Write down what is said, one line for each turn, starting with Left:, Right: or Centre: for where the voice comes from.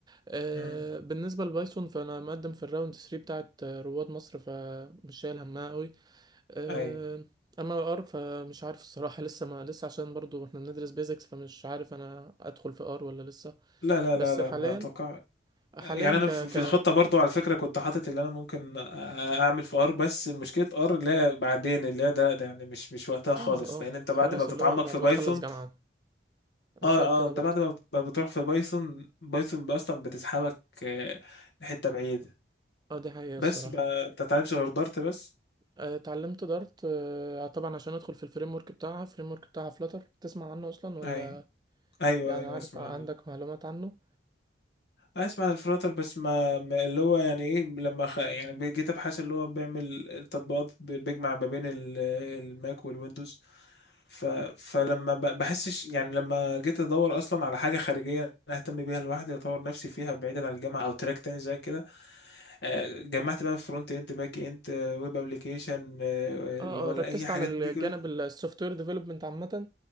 Right: آه
Left: امم
Right: بالنسبة لبايثون فانا مقدم في الراوند 3 بتاعت آه، رواد مصر فمش شايل همها قوي آه
Left: ايوه
Right: اما ار فمش عارف الصراحة <laughs> لسه ما لسه عشان برضو احنا بندرس بيزكس فمش عارف انا ادخل في ار ولا لسه
Left: لا لا
Right: بس
Left: لا لا
Right: حاليا
Left: ما اتوقع
Right: حاليا
Left: يعني انا
Right: ك
Left: في في
Right: ك اه
Left: الخطه برضو على فكره كنت حاطط اللي انا ممكن أ- اعمل في ار بس مشكله ار اللي هي بعدين اللي هي ده, ده يعني مش مش وقتها خالص
Right: اه
Left: لان انت
Right: خلاص
Left: بعد ما بتتعمق
Right: اللي هو بعد
Left: في بايثون
Right: ما تخلص جامعة انا
Left: اه
Right: شايف كده
Left: اه انت
Right: برضه
Left: بعد ما بت- ما بتروح في بايثون بايثون اصلا بتسحبك آه، لحته بعيده
Right: اه دي حقيقة
Left: بس
Right: الصراحة
Left: ب- انت ما بتتعلمش غير دارت بس
Right: آه، اتعلمت دارت آه، طبعا عشان ادخل في الفريم ورك بتاعها فريم ورك بتاعها فلاتر تسمع عنه اصلا ولا
Left: ايوه ايوه
Right: يعني
Left: ايوه
Right: عارف
Left: اسمع
Right: عندك
Left: عنه.
Right: معلومات عنه
Left: اسمع عن الفلاتر بس ما, ما اللي هو يعني ايه لما خ... يعني جيت ابحث اللي هو بيعمل التطبيقات ب- بيجمع ما بين ال- الماك والويندوز ف... فلما ب... بحسش يعني لما جيت ادور اصلا على حاجه خارجيه انا اهتم بيها لوحدي اطور نفسي فيها بعيدا عن الجامعه او تراك تاني زي كده آه، جمعت بقى فرونت اند باك اند ويب ابلكيشن اللي
Right: اه
Left: هو
Right: اه ركزت
Left: اي حاجات
Right: على الجانب
Left: دي كلها
Right: السوفت وير ديفلوبمنت عامة